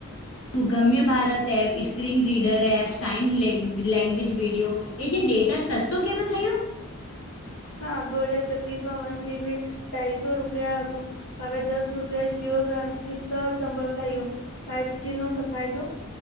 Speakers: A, on the left; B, on the left.
A: Sugamya Bharat app, screen reader, app sign લેન્ લેંગ્વેજ વિડિયો એ જે ડેટા સસ્તો કેવો થયો?
B: હા દો હજાર છબ્વીસમાં વન જીબી ઢાઈસો રૂપિયા હતું. હવે દસ રૂપિયા જીઓ ક્રાંતિથી સબ સંભવ થયું ફાઈવ જી નો સફાયદો